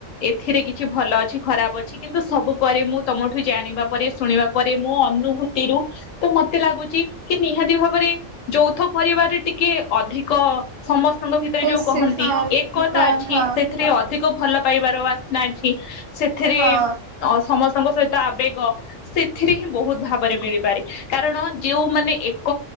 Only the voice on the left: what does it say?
ଏଥିରେ କିଛି ଭଲ ଅଛି ଖରାପ ଅଛି କିନ୍ତୁ ସବୁ ପରେ ମୁଁ ତମଠୁ। ଜାଣିବା ପରେ ଶୁଣିବା ପରେ ମୋ ଅନୁଭୂତିରୁୁ ତ ମତେ ଲାଗୁଛି କି ନିହାତି ଭାବରେ। ଯୌଥ ପରିବାରରେ ଟିକେ ଅଧିକ ସମସ୍ତ। ଭିତରେ
ଯୋଉ କହନ୍ତି
ଏକତା
ଅଛି
ସେଥିରେ ଅଧିକ ଭଲ ପାଇବାର ବାସ୍ନା ଅଛି ସେଥିରେ
ସମସ୍ତଙ୍କ ସହିତ ଆବେଗ ସେଥିରେ ହିଁ ବହୁତ ଭାବରେ ମିଳିପାରେ କାରଣ ଯୋଉମାନେ ଏକ